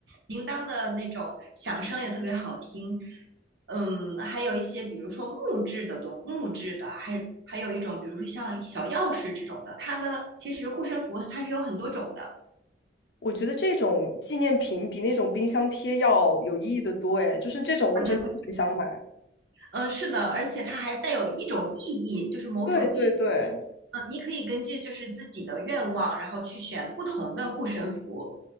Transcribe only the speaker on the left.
我觉得这种纪念品比那种冰箱贴要有意义的多，哎，就是这种我真的很想买。
对对对，